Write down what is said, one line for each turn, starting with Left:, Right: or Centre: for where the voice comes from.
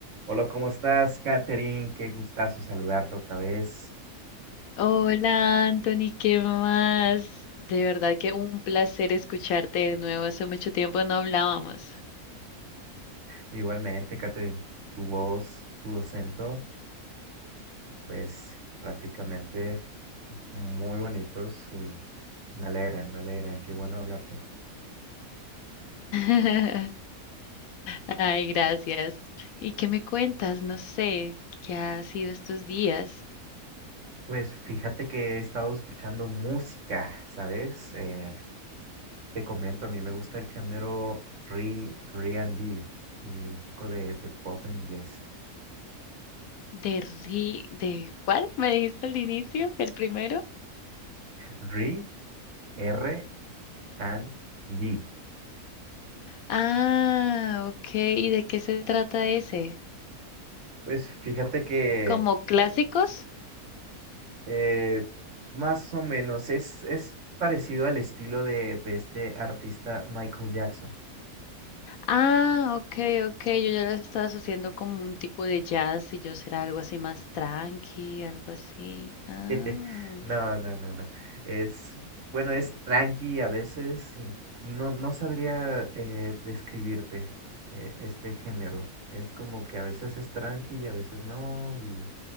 Right: Hola, ¿cómo estás, Katherine? Qué gustazo saludarte otra vez.
Left: Hola Anthony, ¿qué más? De verdad que un placer escucharte de nuevo. Hace mucho tiempo no hablábamos.
Right: Igualmente, Katherine, tu voz, tu acento, pues prácticamente muy bonitos y me alegran, me alegran, qué bueno hablarte.
Left: <laughs> Ay, gracias. ¿Y qué me cuentas? No sé, ¿qué ha sido estos días?
Right: Pues fíjate que he estado escuchando música, ¿sabes? Eh, te comento, a mí me gusta el género R, and B y un poco de, de pop en inglés.
Left: ¿De ri... ¿De cuál? ¿Me dijiste al inicio? ¿El primero?
Right: R, R and B.
Left: Ah, ok. ¿Y de qué se trata ese?
Right: Pues fíjate que
Left: ¿Como clásicos?
Right: eh, Eh, más o menos, es, es parecido al estilo de, de este artista Michael Jackson.
Left: Ah, ok, ok, yo ya la estaba haciendo como un tipo de jazz y yo será algo así más tranqui, algo así. Ah,
Right: <laughs> No, no, no, no. Es, bueno, es tranqui a veces. eh, No, no sabría eh, describirte eh, este género. Es como que a veces es tranqui y a veces no. Y,